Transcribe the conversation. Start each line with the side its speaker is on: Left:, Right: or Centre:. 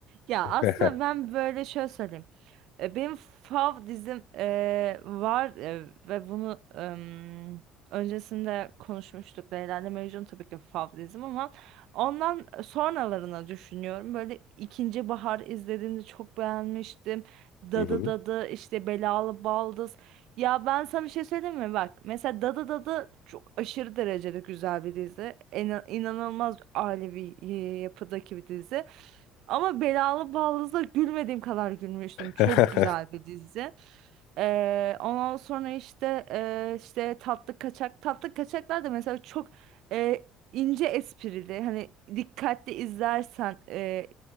Right: Ya
Left: <laughs>
Right: aslında ben böyle şöyle söyleyeyim. E, Benim fav dizim e, var e, ve bunu em, öncesinde konuşmuştuk. Leyla ile Mecnun tabii ki fav dizim ama ondan sonralarına düşünüyorum. Böyle ikinci bahar izlediğimde çok beğenmiştim. Dadı
Left: Hı hı.
Right: Dadı işte Belalı Baldız. Ya ben sana bir şey söyleyeyim mi? Bak mesela Dada Dada çok aşırı derecede güzel bir dizi. En, inanılmaz ailevi e, yapıdaki bir dizi. Ama Belalı Ballız'da gülmediğim kadar gülmüştüm. Çok
Left: <laughs>
Right: güzel bir dizi. Ee, ondan sonra işte e, işte tatlı kaçak tatlı kaçaklar da mesela çok e, ince esprili hani dikkatli izlersen e,